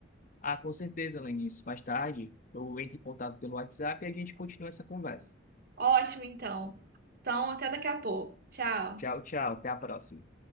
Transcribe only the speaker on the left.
Ah, com certeza, Lenice. Mais tarde, eu entro em contato pelo WhatsApp e a gente continua essa conversa.
Tchau, tchau. Até a próxima.